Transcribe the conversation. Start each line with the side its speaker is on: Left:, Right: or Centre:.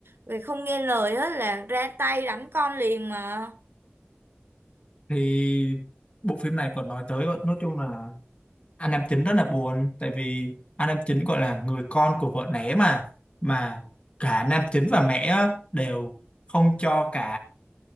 Right: vì không nghe lời á là ra tay đánh con liền mà
Left: thì bộ phim này còn nói tới nói chung là anh nam chính rất là buồn tại vì anh nam chính gọi là người con của vợ né mà mà cả nam chính và mẹ á, đều không cho cả